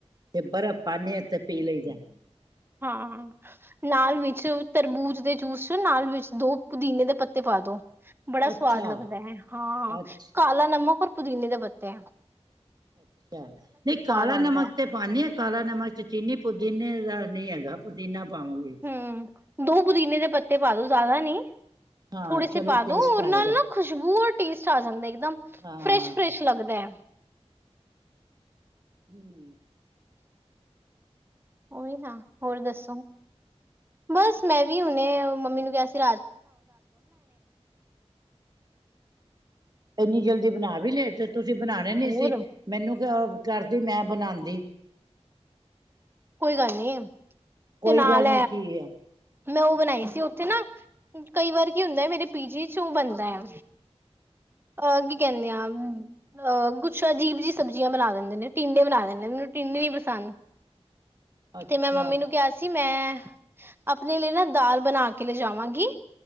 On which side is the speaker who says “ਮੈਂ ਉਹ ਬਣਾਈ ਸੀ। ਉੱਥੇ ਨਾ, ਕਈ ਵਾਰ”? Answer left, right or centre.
Right